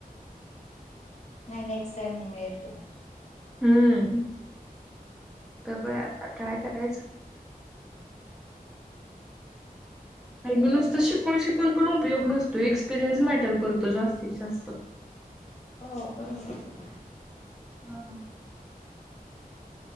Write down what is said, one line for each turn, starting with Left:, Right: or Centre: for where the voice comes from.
Left: नाही नेक्स्टटाईम मिळेल तुला
Centre: हम्म सगळ आता ट्राय करायचं. काही नुसतं शिकून शिकून पण उपयोग नसतो एक्सपिरियन्स मॅटर करतो जास्तीत जास्त
Left: हो. बरोबर
Centre: हम्म.